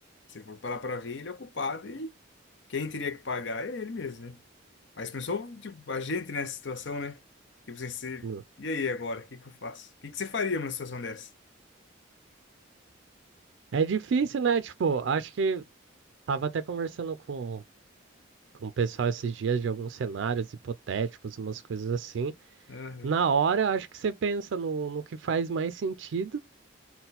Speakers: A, on the left; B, on the right.
A: se for parar pra ver, ele é o culpado e quem teria que pagar é ele mesmo, né? Mas pensou, tipo, a gente nessa situação, né? Tipo assim, você,
B: Hum.
A: e aí agora? O que que eu faço? O que que você faria numa situação dessa?
B: É difícil, né? Tipo, acho que tava até conversando com com o pessoal esses dias de alguns cenários hipotéticos, umas coisas assim.
A: Aham.
B: Na hora, eu acho que você pensa no, no que faz mais sentido.